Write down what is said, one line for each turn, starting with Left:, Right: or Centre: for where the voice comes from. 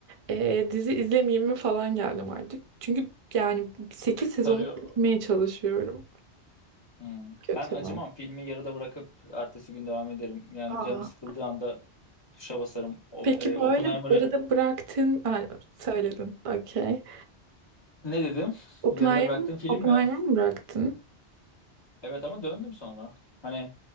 Right: E, dizi izlemeyeyim mi falan geldim artık. Çünkü yani 8 sezonu
Left: sarıyor
Right: bitirmeye çalışıyorum.
Left: Hmm.
Right: Kötü.
Left: Ben acımam. Filmi yarıda bırakıp ertesi gün devam ederim. Yani
Right: Aa.
Left: canım sıkıldığı anda tuşa basarım. O,
Right: Peki
Left: e, Oppenheimer'ı
Right: böyle arada bıraktın... Aa, söyledin. Okey.
Left: ne dedim?
Right: Oppenheimer,
Left: Yarıda bıraktığım film
Right: Oppenheimer
Left: mi?
Right: mı bıraktın?
Left: Evet ama döndüm sonra. Hani